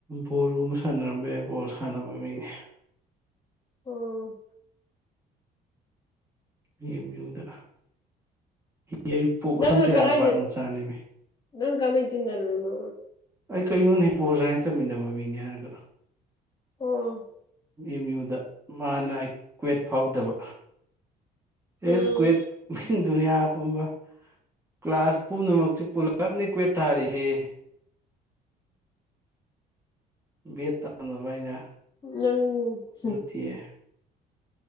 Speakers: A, on the right (about 15°); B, on the left (about 25°).
A: ꯕꯣꯜꯒꯨꯝꯕ ꯁꯥꯟꯅꯔꯝꯕ ꯌꯥꯏ ꯕꯣꯜ ꯁꯥꯟꯅꯕ ꯃꯤꯅꯦ
B: ꯑꯣ
A: ꯑꯦꯝ ꯌꯨꯗ ꯌꯥꯏꯔꯤꯄꯣꯛ
B: ꯅꯪꯅ
A: ꯑꯁꯝ ꯆ ꯆꯩꯔꯥꯡ
B: ꯀꯗꯥꯏꯗ
A: ꯄꯥꯠ ꯃꯆꯥꯅꯦꯃꯤ
B: ꯅꯪ ꯀꯃꯥꯏ ꯇꯤꯟꯅꯔꯨꯏꯅꯣ
A: ꯑꯩ ꯀꯩꯅꯣ ꯍꯄꯣ ꯁꯥꯏꯟꯁ ꯆꯠꯃꯤꯟꯅꯕ ꯃꯤꯅꯤ ꯍꯥꯏꯔꯒ꯭ꯔꯥ
B: ꯑꯣ
A: ꯑꯦꯝ ꯌꯨꯗ ꯃꯥꯅ ꯀ꯭ꯋꯦꯠ ꯐꯥꯎꯗꯕ
B: ꯎꯝ
A: ꯏꯁ ꯀꯨꯋꯦꯠ ꯗꯨꯅꯤꯌꯥ ꯄꯨꯝꯕ ꯀ꯭ꯂꯥꯁ ꯄꯨꯝꯅꯃꯛꯁꯤ ꯄꯨꯂꯞꯅꯤ ꯀ꯭ꯋꯦꯠ ꯊꯥꯔꯤꯁꯤ ꯕꯦꯠ ꯇꯝꯅꯕ ꯑꯩꯅ
B: ꯅꯪ ꯍꯨꯝ
A: ꯇꯤꯌꯦ